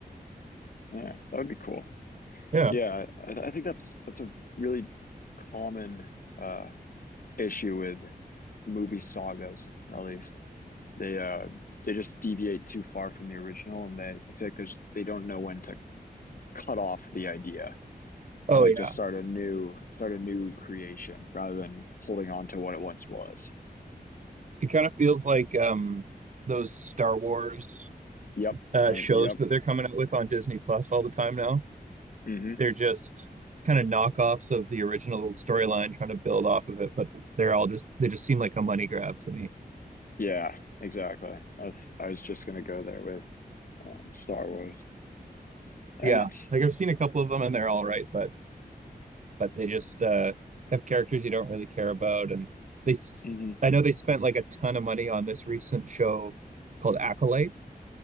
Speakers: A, on the left (about 60°); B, on the right (about 50°).
A: Yeah, that would be cool.
B: Yeah.
A: Yeah, I, I think that's that's a really common uh issue with movie sagas, at least. They uh they just deviate too far from the original and they I feel like there's they don't know when to cut off the idea
B: Oh
A: and like
B: yeah.
A: just start a new start a new creation rather than holding on to what it once was.
B: It kind of feels like um, those Star Wars
A: Yep.
B: uh,
A: Uh,
B: shows
A: yep.
B: that they're coming out with on Disney Plus all the time now.
A: Mm-hmm.
B: They're just kind of knockoffs of the original storyline, trying to build off of it, but they're all just they just seem like a money grab to me.
A: Yeah, exactly. That's I was just gonna go there with um, Star Wars, and
B: Yeah,
A: it's
B: like I've seen a couple of them and they're all right, but but they just uh, have characters you don't really care about. And they,
A: mhm,
B: i know they spent like a ton of money on this recent show called Acolyte